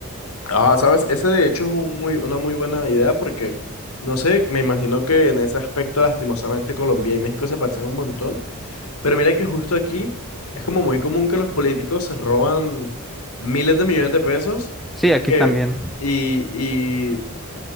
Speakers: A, on the left; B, in the centre.
A: Ah, sabes, ese de hecho es un muy, una muy buena idea porque, no sé, me imagino que en ese aspecto lastimosamente Colombia y México se parecen un montón. Pero mira que justo aquí es como muy común que los políticos se roban miles de millones de pesos
B: Sí, aquí
A: que,
B: también.
A: y, y,